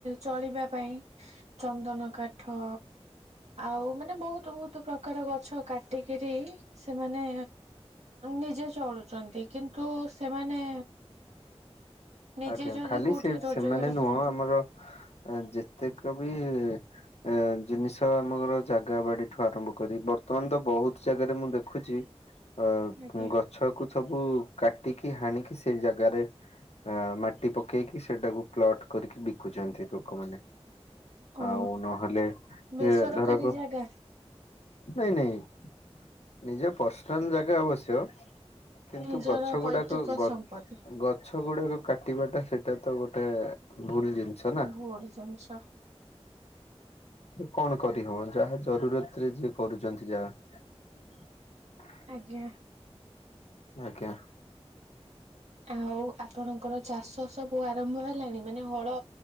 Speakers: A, on the right; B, on the left.
A: ଚଳିବା ପାଇଁ ଚନ୍ଦନ କାଠ। ଆଉ ମାନେ ବହୁତ ବହୁତ ପ୍ରକାର ଗଛ କାଟିକିରି। ସେମାନେ ନିଜେ ଚଳୁଛନ୍ତି, କିନ୍ତୁ ସେମାନେ। ନିଜେ
B: ଆଜ୍ଞା
A: ଯଦି
B: ଖାଲି
A: କୋଉଠି
B: ଶ୍ ସେ
A: ରୋଜଗାର
B: ସେମାନେ ନୁହଁ
A: କରନ୍ତି
B: ଆମର ଯେତେକ ବି ଇ-ଏ-ଏ ଜିନିଷ ଆମର ଜାଗା ବାଡିଠୁ ଆରମ୍ଭ କରି ବର୍ତ୍ତମାନ ତ ବହୁତ ଜାଗାରେ ମୁଁ ଦେଖୁଛି। ଅ
A: ଆଜ୍ଞା
B: ଗଛ କୁ ସବୁ କାଟିି କି ହାଣ କିି ସେଇ ଜାଗାରେ। ଅ ମାଟି ପକେଇକି ସେଟାକୁ ପ୍ଲଟ କରିକି ବିକୁଛନ୍ତି ଲୋକମାନେ।
A: ଓ
B: ଆଉ ନହେଲେ
A: ବେସରକାରୀ
B: ଯେ ଧରକ
A: ଜାଗା।
B: ନାଇଁ ନାଇଁ ନିଜ ପର୍ସ ଜାଗା ଆବଶ୍ୟକ, କିନ୍ତୁ
A: ନିଜର
B: ଗଛ
A: ପୈତୃକ
B: ଗୁଡାକ ଗଛ
A: ସମ୍ପତ୍ତି
B: ଗୁଡାକ। କାଟିବାଟା ସେଇଟା ତ ଗୋଟେ ଭୁଲ। ଜିନିଷ ନା
A: ଭୁଲ ଜିନିଷ।
B: କଣ କରିହବ ଯାହା ଜରୁରତ ରେ ଯିଏ କରୁଛନ୍ତି ଯାହା।
A: ଆଜ୍ଞା।
B: ଆଜ୍ଞା
A: ଆଉ ଆପଣଙ୍କର ଚାଷ ସବୁ ଆରମ୍ଭ ହେଲାଣି ମାନେ ହଳ